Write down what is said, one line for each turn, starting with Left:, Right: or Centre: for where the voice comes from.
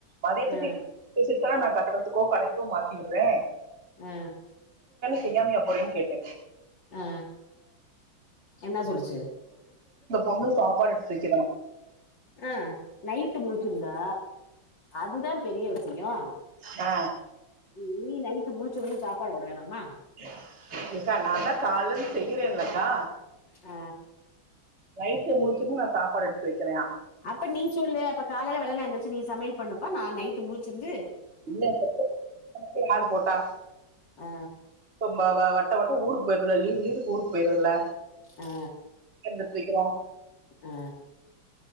Right: மதியத்துக்கு
Left: ஆ
Right: சேத்து நான் க கட்டத்துக்கோ கடைக்கோ மாத்தி விட்றே
Left: ஆ
Right: செய்யாம்யா போறேன் கேட்ட
Left: ஆ என்ன சொல்லுச்சு
Right: ஒண்ணு சாப்பாடு எடு வெக்கணு
Left: ஆ நைட்டு முழுச்சுருந்தா அதுதா பெரிய விஷ் ஷியோ
Right: ஆ
Left: ம் நீ நைட் டு முழுச்சுருந்து சாப்பாடு போட வேணாமா
Right: ஹ எக்கா நாந்தா கால்லருந்து செய்யறேன்லக்கா
Left: ஆ
Right: நைட்டு முழுச்சுருந்து நா சாப்பாடு எடுத்து வெக்கலையா
Left: அப்ப நீ சொல்லு அப்ப காலைல வெள்ளனா எந்துருச்சு நீ சமையல் பண்ணுப்பா நா நைட்டு முழுச்சுருந்து
Right: இல்ல <inaudible> யாரு போட்டா
Left: ஆ
Right: கும்பா வா வட்ட வட்ட ஊரு கும்பறத லீவு லீவுக் ஊருக்கு போயிறல்ல
Left: ஆ
Right: என்னப் போயிக்கறா
Left: ஆ